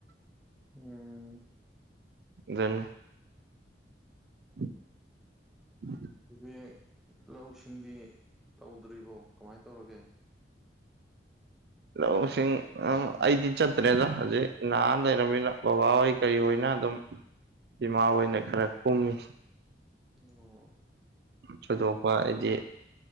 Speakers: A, in the centre; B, on the right.
A: ꯎꯝ
B: ꯑꯗꯨꯅꯤ <unintelligible>
A: ꯍꯧꯖꯤꯛ ꯂꯧꯁꯤꯡꯗꯤ ꯇꯧꯗ꯭ꯔꯤꯕꯣ ꯀꯃꯥꯏꯅ ꯇꯧꯔꯒꯦ
B: ꯂꯧꯁꯤꯡ ꯑꯩꯗꯤ ꯆꯠꯇ꯭ꯔꯦꯗ ꯍꯧꯖꯤꯛ ꯅꯍ ꯂꯩꯔꯝꯃꯤꯅ ꯕꯕꯥ ꯍꯣꯏ ꯀꯩ ꯑꯣꯏꯅ ꯑꯗꯨꯝ ꯏꯃꯥ ꯑꯣꯏꯅ ꯈꯔ ꯀꯨꯝꯃꯤ
A: ꯑꯣ
B: ꯊꯣꯏꯗꯣꯛꯄ ꯍꯥꯏꯗꯤ